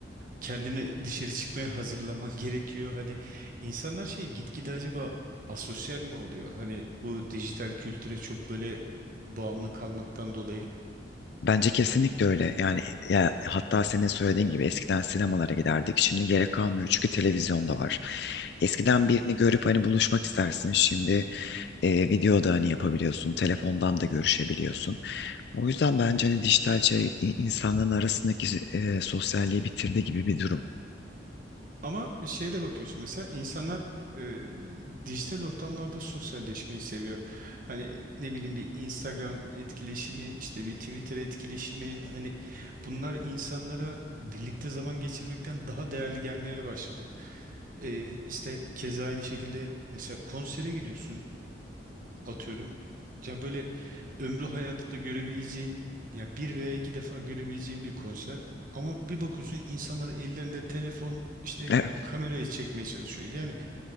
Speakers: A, on the right (about 45°); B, on the left (about 60°).
A: Kendini dışarı çıkmaya hazırlaman <laughs> gerekiyor. Hani insanlar şey gitgide acaba asosyal mi oluyor? Hani bu dijital kültüre çok böyle bağımlı kalmaktan dolayı.
B: Bence kesinlikle öyle. Yani ya hatta senin söylediğin gibi eskiden sinemalara giderdik. Şimdi gerek kalmıyor çünkü televizyonda var. Eskiden birini görüp hani buluşmak istersin. Şimdi e, video da hani yapabiliyorsun, telefondan da görüşebiliyorsun. O yüzden bence hani dijital şey i- insanların arasındaki e, sosyalliği bitirdi gibi bir durum.
A: Ama şeye de bakıyorsun mesela insanlar e, dijital ortamlarda sosyalleşmeyi seviyor. Hani ne bileyim bir Instagram etkileşimi, işte bir Twitter etkileşimi hani bunlar insanlara birlikte zaman geçirmekten daha değerli gelmeye başladı. E, işte keza aynı şekilde mesela konsere gidiyorsun atıyorum. Ya böyle ömrü hayatında görebileceğin ya bir veya iki defa görebileceğin bir konser. Ama bir bakıyorsun insanlar ellerinde telefon işte
B: Evet,
A: kameraya çekmeye çalışıyor. Yani